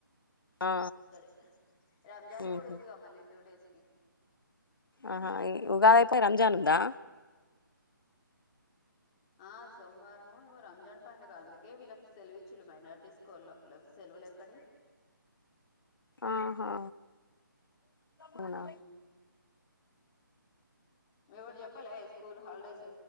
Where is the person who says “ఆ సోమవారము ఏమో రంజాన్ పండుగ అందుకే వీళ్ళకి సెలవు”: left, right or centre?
Left